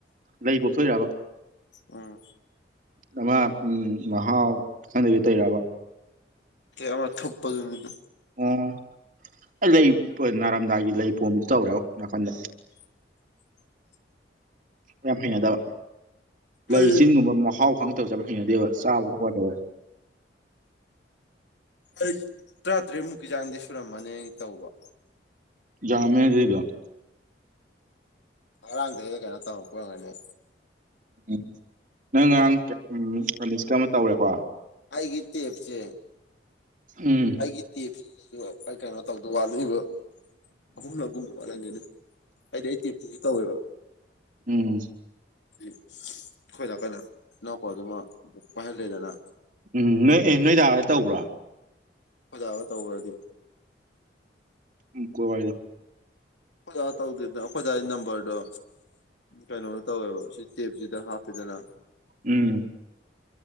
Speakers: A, on the right (about 45°); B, on the left (about 80°).
A: ꯂꯩ ꯄꯞꯊꯣꯏꯕ
B: ꯎꯝ
A: ꯑꯃ ꯎꯝ ꯃꯍꯥꯎ ꯈꯪꯗꯕꯤ ꯇꯩꯔꯕ
B: ꯑꯃ ꯊꯣꯄꯖꯃꯤꯗ
A: ꯑꯣ ꯑꯩ ꯂꯩ ꯅꯥꯔꯝꯗꯥꯏꯒꯤ ꯂꯩ ꯄꯣꯝꯝꯕ ꯇꯧꯔꯦ ꯅꯥꯀꯟꯗ
B: <inaudible>
A: ꯀ ꯐ ꯌꯥꯗꯕ ꯂꯩꯆꯤꯟꯒꯨꯝꯕ
B: ꯑꯩ
A: ꯃꯍꯥꯎ ꯈꯪꯗꯕ ꯆ ꯌꯥꯝ ꯍꯩꯅꯗꯦꯕ ꯆꯥꯕ ꯈꯛꯄꯗꯕ
B: ꯑꯩ ꯇꯔꯥꯇꯔꯦꯠ ꯃꯨꯛꯀꯤ ꯆꯥꯡꯗꯤ ꯁꯨꯔꯝꯃꯅꯤ ꯇꯧꯕ
A: ꯌꯥꯝ ꯂꯩꯗ
B: ꯉꯔꯥꯡꯗꯩꯗ ꯀꯩꯅꯣ ꯇꯧꯔꯛꯄꯒꯅꯤ
A: ꯎꯝ ꯅꯪ ꯉꯔꯥꯡ ꯎ ꯂꯤꯁ ꯑꯃ ꯇꯧꯔꯦꯀꯣ
B: ꯑꯩꯒꯤ ꯇꯦꯞꯁꯦ
A: ꯎꯝ
B: ꯑꯩꯒꯤ ꯇꯞꯁꯦ ꯑꯗꯨ ꯑꯩ ꯀꯩꯅꯣ ꯇꯧꯗ ꯋꯥꯠꯂꯤꯕ ꯑꯍꯨꯝꯅꯒꯨꯝꯕ ꯋꯥꯠꯍꯟꯒꯅꯤ ꯍꯥꯏꯗꯤ ꯑꯩ ꯇꯦꯞꯇꯤꯁꯨ ꯇꯧꯋꯦꯕ
A: ꯎꯝ
B: ꯑꯩꯈꯣꯏꯗ ꯀꯣꯏꯅ ꯏꯅꯥꯎꯄꯥꯗꯨꯃ ꯑꯣꯏꯥꯏꯍꯜꯂꯦꯗꯅ
A: ꯎꯝ ꯅꯣꯏ ꯑꯦ ꯅꯣꯏ ꯇꯗꯥ ꯇꯧꯕ꯭ꯔꯣ
B: ꯑꯣꯖꯥꯕ ꯇꯧꯕ꯭ꯔꯗꯤ
A: ꯀꯣꯏ ꯋꯥꯔꯤꯗ
B: ꯑꯩꯈꯣꯏꯖꯥ ꯇꯧꯗꯦꯗꯅ ꯑꯩꯈꯣꯏꯖꯥꯒꯤ ꯅꯝꯕꯔꯗꯣ ꯀꯩꯅꯣ ꯇꯧꯋꯦꯕ ꯁꯤ ꯇꯦꯞꯁꯤꯗ ꯍꯥꯞꯄꯦꯗꯅ
A: ꯎꯝ